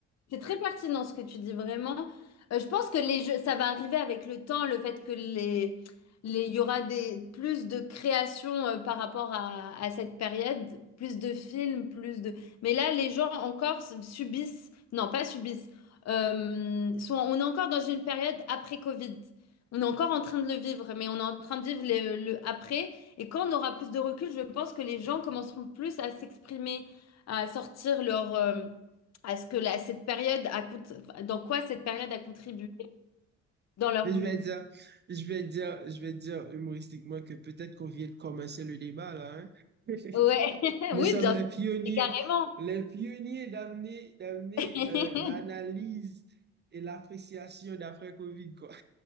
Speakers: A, on the left (about 60°); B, on the right (about 35°).
A: C'est très pertinent ce que tu dis vraiment. Euh, je pense que les jeux, ça va arriver avec le temps, le fait que les, les, il y aura des, plus de créations euh, par rapport à, à cette période, plus de films, plus de... Mais là, les gens encore s- subissent, non, pas subissent, euh, sont- on est encore dans une période après Covid. On est encore en train de le vivre, mais on est en train de vivre le, le après. Et quand on aura plus de recul, je pense que les gens commenceront plus à s'exprimer à sortir leur euh, à ce que la, cette période a cont- enfin, dans quoi cette période a contribué dans leur
B: Mais
A: vie.
B: Je vais dire, je vais dire, je vais dire humoristiquement que peut-être qu'on vient de commencer le débat là, hein. <laughs>
A: Ouais, <laughs>
B: Mais
A: oui,
B: ça
A: bien
B: les
A: sûr,
B: pionniers,
A: Et carrément.
B: les pionniers d'amener, d'amener
A: <laughs>
B: euh, l'analyse et l'appréciation d'après Covid, quoi.